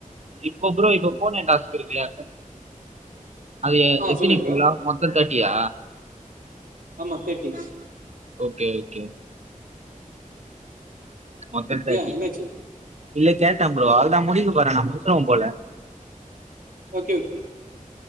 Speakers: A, on the right (about 55°); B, on the right (about 85°).
A: இப்போ ப்ரோ இப்போ போனே டாஸ்க்குருக்குல அது எ
B: ஆ
A: எத்தனி
B: சொல்லுங்க ப்ரோ
A: ஃபுல்லா மொத்தோ தேட்டியா
B: ஆமா தேர்ட்டி
A: ஓகே ஓகே மொத்தோ தேட்டி
B: ஏ என்னாச்சு
A: இல்ல கேட்டே ப்ரோ எல்லா முடிக்க போறே நா முடிச்சுறவம்போல
B: ஓகே ஓகே